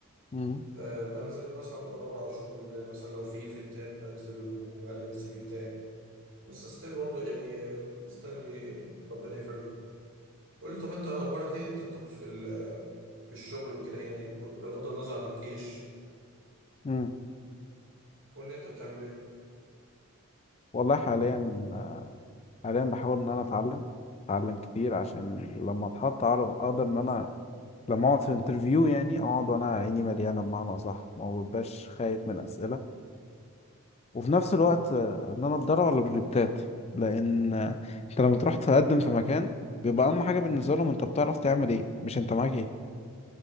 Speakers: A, on the left (about 30°); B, on the right (about 65°).
A: مم.
B: أه بنزل مثلا بدور على شغل مثلا لو في ايفنتات بنزل وبقدم السي في بتاعي بس ستيل برضه يعني آه، مستني ربنا يفرجها قول لي طب انت اخبارك ايه انت طب في ال- في الشغل وكده يعني ب- بغض النظر عن الجيش
A: مم.
B: قول لي انت بتعمل ايه
A: والله حاليا حاليا بحاول إن أنا أتعلم أتعلم كتير عشان لما أتحط أعرف أقدر إن أنا لما أقعد في انترفيو يعني أقعد وأنا عيني مليانة بمعنى صح ما ببقاش خايف من أسئلة وفي نفس الوقت آه، إن أنا أتدرب على البروجكتات لأن آه، أنت لما تروح تقدم في مكان بيبقى أهم حاجة بالنسبة لهم أنت بتعرف تعمل إيه مش أنت معاك إيه